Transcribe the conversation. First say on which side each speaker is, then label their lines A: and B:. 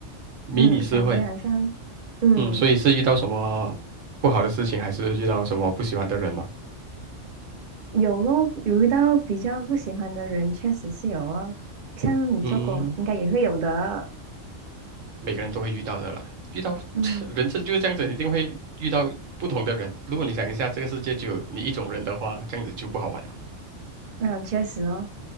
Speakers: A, on the right; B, on the right.
A: 迷你社会，
B: 嗯，感觉好像，嗯，
A: 嗯，所以是遇到什么不好的事情，还是遇到什么不喜欢的人吗？
B: 有咯，有遇到比较不喜欢的人，确实是有哦。像你做工，
A: 嗯，
B: 应该也会有的。
A: 每个人都会遇到的啦，遇到 <laughs>
B: 嗯，
A: <tsk> 人生就是这样子，一定会遇到不同的人。如果你想一下，这个世界就有你一种人的话，这样子就不好玩了。
B: 那、确实哦，